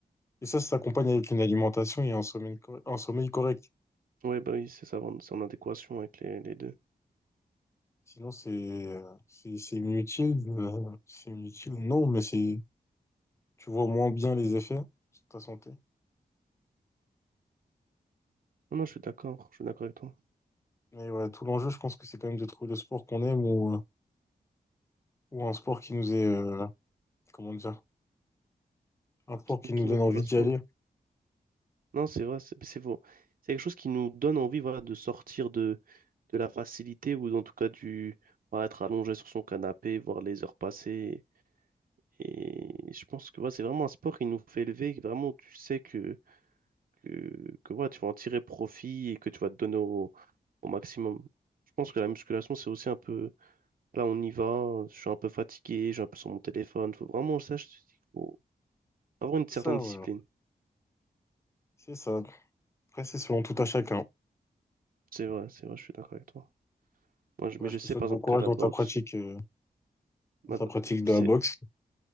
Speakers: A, on the left; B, on the right.
A: Et ça, ça s'accompagne avec une alimentation et un sommeil, cor- un sommeil correct.
B: Ouais, bah oui, c'est ça, vraiment, c'est en adéquation avec les, les deux.
A: Sinon, c'est euh, c'est c'est inutile. euh, c'est inutile, non, mais c'est tu vois moins bien les effets sur ta santé.
B: Non, non, je suis d'accord, je suis d'accord avec toi.
A: Mais ouais, tout l'enjeu, je pense que c'est quand même de trouver le sport qu'on aime ou, euh, ou un sport qui nous est, euh, comment dire, un sport
B: Qui,
A: qui nous
B: qui
A: donne
B: nous correspond?
A: envie d'y aller.
B: Non, c'est vrai, c'est c'est faux. C'est quelque chose qui nous donne envie, voilà, de sortir de, de la facilité ou en tout cas du. voilà, être allongé sur son canapé, voir les heures passer Et je pense que ouais, c'est vraiment un sport qui nous fait élever, que vraiment tu sais que, que, que, ouais, tu vas en tirer profit et que tu vas te donner au, au maximum. Je pense que la musculation, c'est aussi un peu, là on y va, je suis un peu fatigué, je suis un peu sur mon téléphone. Faut vraiment, ça, je te dis, faut avoir une certaine
A: C'est ça,
B: discipline.
A: voilà. C'est ça. Après, c'est selon tout à chacun.
B: C'est vrai, c'est vrai, je suis d'accord avec toi. Moi, je-
A: Voilà,
B: mais je
A: je
B: sais,
A: te souhaite
B: par
A: bon
B: exemple,
A: courage
B: qu'à la
A: dans
B: boxe,
A: ta pratique, euh,
B: ma-
A: dans ta pratique de
B: c'est,
A: la boxe.